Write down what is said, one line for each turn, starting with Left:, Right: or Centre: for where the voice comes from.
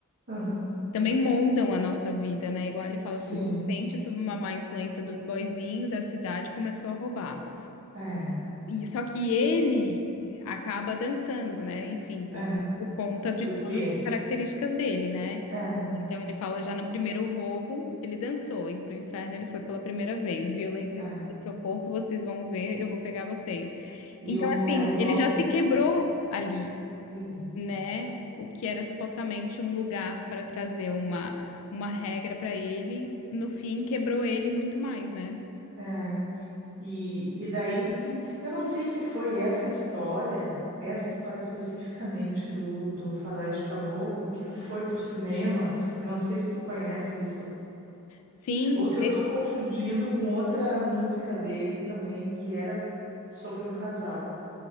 Right: aham,
Left: também moldam a nossa vida, né? Igual ele fala
Right: sim,
Left: assim, de repente, sob uma má influência dos boyzinhos da cidade, começou a roubar.
Right: é.
Left: E só que ele acaba dançando, né? Enfim, por,
Right: É,
Left: por conta de
Right: porque
Left: todas as características dele, né?
Right: é,
Left: Então ele fala já no primeiro roubo, ele dançou, e pro inferno ele foi pela primeira vez. Violência
Right: é.
Left: e estupro do seu corpo, vocês vão ver, eu vou pegar vocês. Então,
Right: E o-
Left: assim,
Right: é a revolta,
Left: ele já se quebrou ali
Right: sim.
Left: né? O que era supostamente um lugar para trazer uma, uma regra para ele, no fim quebrou ele muito mais, né?
Right: É. E, e daí, sim, eu não sei se foi essa história, essa história especificamente do, do Faroeste Caboclo que foi pro cinema. Eu não sei se tu conhece isso.
Left: Sim,
Right: Ou se eu tô confundindo com outra música deles também, que era sobre um casal.